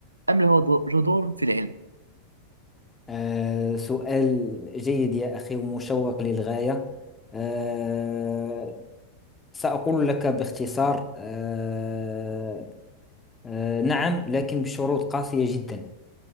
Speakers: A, on the right (about 80°); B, on the left (about 15°).
A: أم له ض- جذور في العلم؟
B: آه، سؤال جيد يا أخي ومشوق للغاية آه، سأقول لك باختصار آه، آه، نعم لكن بشروط قاسية جدا